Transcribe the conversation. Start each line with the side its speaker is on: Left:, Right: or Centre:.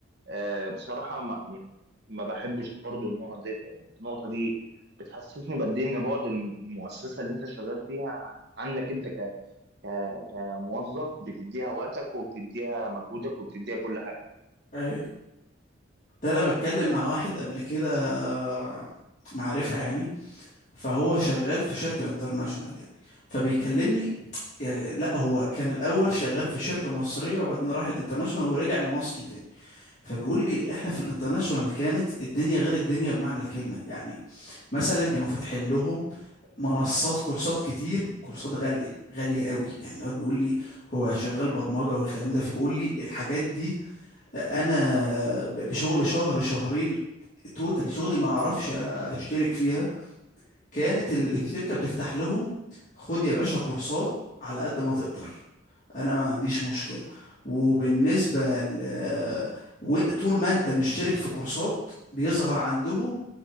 Right: آه، بصراحة ما يعني ما بحبش برضو النقط دي النقطة دي بتحسسني بقد إيه إن بعد الم- المؤسسة اللي أنت شغال فيها عنك أنت ك- كموظف بتديها وقتك وبتديها مجهودك وبتديها كل حاجه
Left: ايوه ده انا بتكلم مع واحد قبل كده آه، معرفة يعني فهو شغال في شركة انترناشونال يعني فبيكلمني يعني لا هو كان الاول شغال في شركة مصرية وبعدين راح الانترناشونال ورجع لمصر تاني فبيقول لي احنا في الانترناشونال كانت الدنيا غير الدنيا بمعنى الكلمه يعني مثلا كانوا فاتحين لهم منصات كورسات كتير كورسات غاليه غاليه قوي يعني الواد بيقول لي هو شغال برمجه والكلام ده فبيقول لي الحاجات دي انا ب- بشغل شهر شهرين توتال شغلي ما اعرفش اشترك فيها كانت ال- الشركة بتفتح لهم خد يا باشا كورسات على قد ما تقدر انا ما عنديش مشكلة وبالنسبة ل... و- طول ما انت مش شارك في كورسات بيظهر عندهم